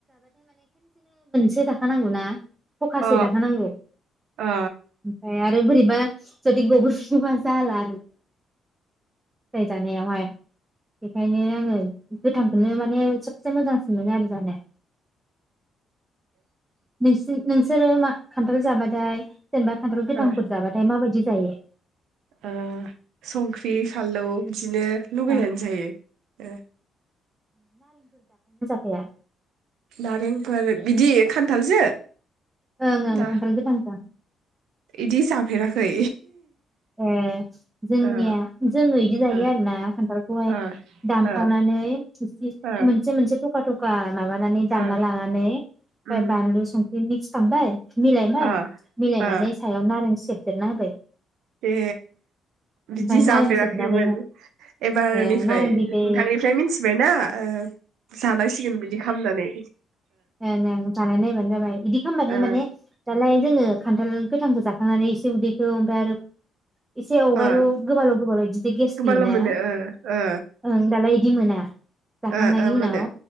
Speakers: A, on the right; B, on the right.
A: एसे थाखा नांगौ ना थखासे
B: अ
A: जाहोनांगौ
B: ओ
A: ओमफ्राय आरो बोरैबा जुदि गबोफियोबा जाला आरो फिथाय जानायावहाय बेखायनो आङो गोथांखौनो माने सबसे मोजांसिन मोनो आरो जानो नोंसि नोंसोरो मा खान्थाल जाबाथाय जेनेबा खान्थाल गोथांफोर
B: ओ
A: जाबाथाय माबायदि जायो
B: ओ संख्रि फानलौ बिदिनो लगायनानै
A: ओ
B: जायो ओ
A: फाया
B: नारेंफोर बिदि खान्थालजो?
A: ओंं ओं
B: ना
A: खान्थाल गोथां जों
B: इदि जाफेराखै
A: ए जोंनिया
B: ओ
A: जोङो इदि जायो
B: ओ
A: आरोना खान्थालखौहाय
B: ओ
A: दानखावनानै
B: ओ
A: एसे
B: ओ
A: मोनसे मोनसे थखा थख खा माबानानै दानना
B: ओ
A: लानानै ओमफ्राय
B: उम
A: बानलु संख्रि मिक्स खामबाय मिलायबाय
B: ओ
A: मिलायनानै
B: ओ
A: सायाव नारें से सेरना होबाय
B: ए बिदि
A: ओमफ्राय
B: जाफेराखैमोन
A: नारें सेबनानैहाय
B: एबारनिफ्राय
A: ए नारें बिदै
B: नोंथानिफ्राय मिथिबायना ओ जानांसिगोन बिदि खामनानै
A: ओं ओं जानाय नायबानो जाबाय इदि खामबाथाय
B: ओ
A: माने दालाय जोङो खान्थाल गोथांखौ जाखांनानै एसे उदैखौ ओमफ्राय आरो एसे अगायल'
B: ओ
A: गोबाल' गोबाल' बिदिस गेस
B: गोबाल'
A: फैयोना
B: मोनो ओ ओ
A: ओं दालाय बिदि मोना जाखांनायनि
B: ओ ओ
A: उनाव
B: मोनो